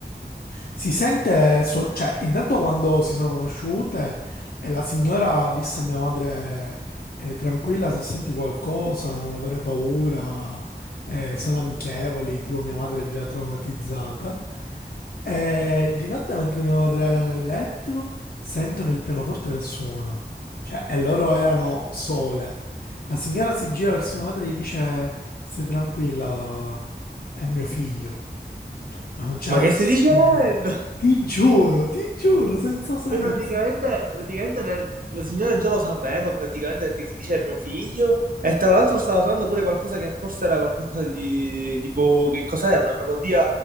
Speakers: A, on the left (about 60°); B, on the right (about 55°).
A: si sente, suo- cioè, intanto quando si sono conosciute e la signora disse a mia madre, eh, tranquilla se senti qualcosa, non avere paura, eh, sono amichevoli, tipo mia madre è già traumatizzata. E di notte mentre mia madre era nel letto, sentono il pianoforte che suona, cioè, e loro erano sole. La signora si gira verso mia madre e gli dice, stai tranquilla, è mio figlio. Cioè, ma non c'era
B: Ma che
A: nessuno.
B: stai dicendo? <laughs>
A: Ti giuro, ti giuro, senza senso.
B: Cioè, praticamente, praticamente nel- la signora già lo sapeva, praticamente perché si dice è mio figlio, e tra l'altro stava suonando pure qualcosa che forse era qualcosa di tipo, che cos'era? Una melodia,